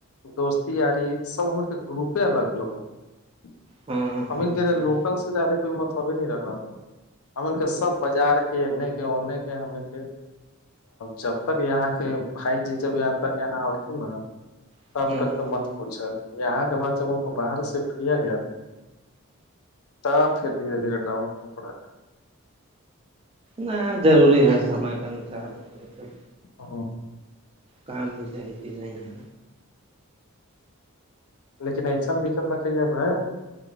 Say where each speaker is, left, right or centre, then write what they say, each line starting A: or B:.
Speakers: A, on the left (about 75°); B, on the right (about 25°).
A: دوست یاری سب ہم کے گروپ الگ الگ ب <inaudible>
B: ہاں
A: ہم
B: ہاں ہوں
A: کے لوکل سے زیادہ کوئی مطلب ہی نہیں رہ با ہم کے سب بازار کہنے کیا اننے کے ہمیں کے جب تک یہاں کے بھائی جی جب یہاں تک یہاں ات نا
B: ہوں
A: تب تک تو مت پوچھا یہاں کے بات جب ان کو باہر شفٹ کیا گیا ن ت پھر دھیرے دھیرے ڈاؤن ہونا پڑا ہے
B: نہ ضروری ہے سمے کے انوسار یہ سب
A: ہ
B: کام بھی صی چ نہیں ہے
A: لیکن ایسا دقت نہ کہی اب ب